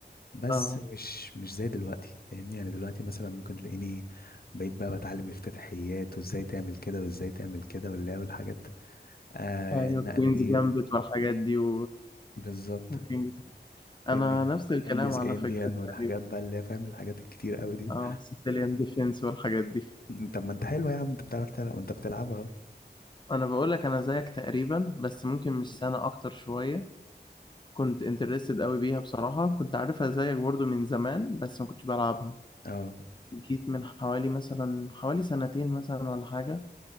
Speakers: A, on the left (about 60°); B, on the left (about 25°).
A: بس
B: آه،
A: مش مش زي دلوقتي فاهمني يعني دلوقتي مثلا ممكن تلاقيني بقيت بقى بتعلم افتتاحيات وازاي تعمل كده وازاي تعمل كده ولا والحاجات آه
B: أيوه
A: النقلة
B: كوينز
A: دي
B: جامبت والحاجات دي و
A: بالظبط
B: وكينجز
A: كوينج
B: انا نفس الكلام
A: كوينجز
B: على
A: انديان
B: فكرة
A: والحاجات
B: تقريبا
A: بقى اللي هي فاهم الحاجات الكتير قوي دي
B: اه سيسيليان ديفنس والحاجات دي
A: م، طب ما انت حلوة يا عم انت بتعرف تلعب وانت بتلعبها اهو
B: انا بقول لك انا زيك تقريبا بس ممكن مش سنة اكتر شوية كنت انترستد قوي بيها بصراحة كنت عارفها زيك برضو من زمان بس ما كنتش بلعبها
A: اه
B: جيت من حوالي مثلا حوالي سنتين مثلا ولا حاجة